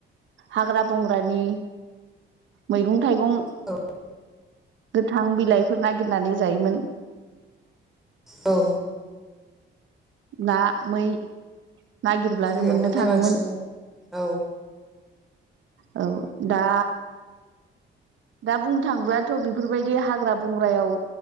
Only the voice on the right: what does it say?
हाग्रा बंग्रानि मैगं थाइगं
गोथां बिलाइफोर नागिरनानै जायोमोन।
ना मै नागिरब्लानो
मोननो
थाङोमोन।
औ दा दा बुंनो थाङोब्लाथ' बेफोरबायदि हाग्रा बंग्रायाव